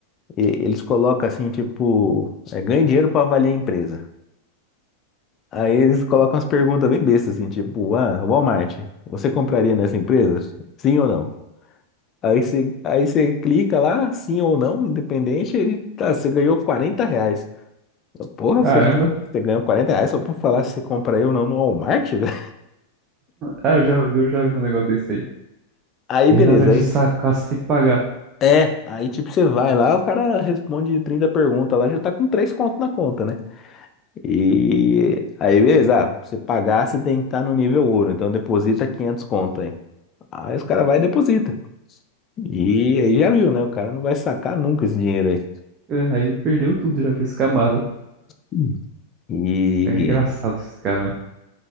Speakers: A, on the left; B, on the right.
A: E- Eles colocam assim, tipo, é, ganha dinheiro pra avaliar a empresa. Aí eles colocam umas perguntas bem bestas, assim, tipo, ah, Walmart, você compraria nessa empresa? Sim ou não? Aí você, aí você clica lá, sim ou não, independente, ele tá, você ganhou 40 reais. Porra,
B: Caramba.
A: você, você ganhou 40 reais só pra falar se você compraria ou não no Walmart, <laughs> velho?
B: Ah, eu já vi, eu já vi um negócio desse aí.
A: Aí
B: E
A: beleza,
B: aí na hora de
A: aí.
B: sacar, você tem que pagar.
A: É, aí tipo, você vai lá, o cara responde 30 perguntas lá, já tá com 3 conto na conta, né? E aí beleza, ah, pra você pagar, você tem que estar no nível ouro, então deposita 500 conto aí. Aí os caras vai e deposita. E aí já viu, né? O cara não vai sacar nunca esse dinheiro aí.
B: É, Aí perdeu tudo, já foi escamado.
A: Hum. E,
B: É engraçado esses caras, né?